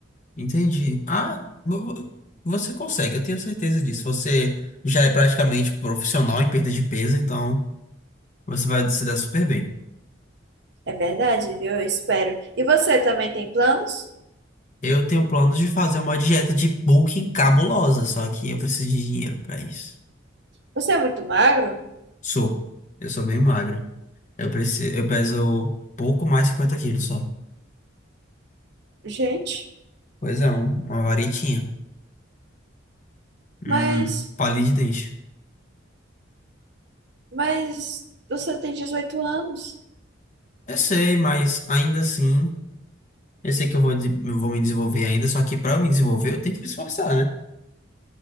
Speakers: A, on the left (about 40°); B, on the right (about 60°).
A: entendi. Ah, vo- vo- você consegue, eu tenho certeza disso. Você já é praticamente profissional em perda de peso, então você vai se dar super bem.
B: É verdade, viu? Eu espero. E você também tem planos?
A: Eu tenho planos de fazer uma dieta de bulking cabulosa, só que eu preciso de dinheiro para isso.
B: Você é muito magro?
A: Sou, eu sou bem magro. Eu preciso, eu peso pouco mais de 50 quilos só.
B: Gente,
A: Pois é, um- uma varitinha. Um
B: mas,
A: palito de dente.
B: mas você tem 18 anos.
A: Eu sei, mas ainda assim, eu sei que eu vou, des- eu vou me desenvolver ainda, só que pra eu me desenvolver, eu tenho que me esforçar, né?